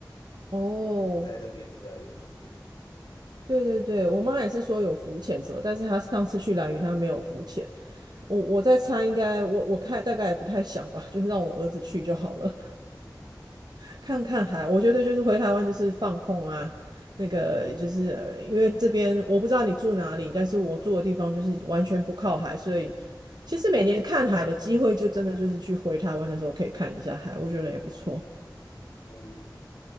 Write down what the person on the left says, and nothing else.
在那边比较有趣。
嗯嗯
嗯 <laughs> 嗯
嗯。<laughs>